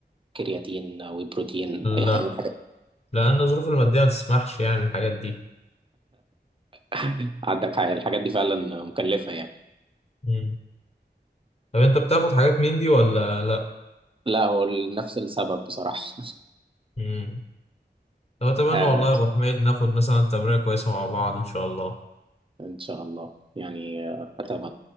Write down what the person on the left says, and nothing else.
لا
لأن الظروف المادية ما تسمحش يعني الحاجات دي
مم. طب أنت بتاخد حاجات من دي ولا لأ؟
مم. طب أتمنى
والله يا أبو حميد ناخد مثلا تمرينة كويسة مع بعض إن شاء الله